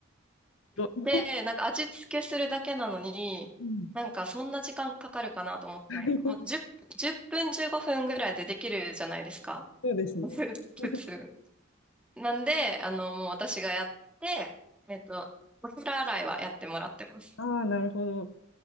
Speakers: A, on the left; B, in the centre.
A: と
B: で、なんか味付けするだけなのに、
A: うん。
B: なんかそんな時間かかるかなと思って、
A: <laughs>
B: もう10、10分15分ぐらいでできるじゃないですか。
A: そうですね。
B: <laughs>
A: <laughs>
B: 普通。なんで、あの、もう私がやって、えっと、お皿洗いはやってもらってます。
A: ああ、なるほど。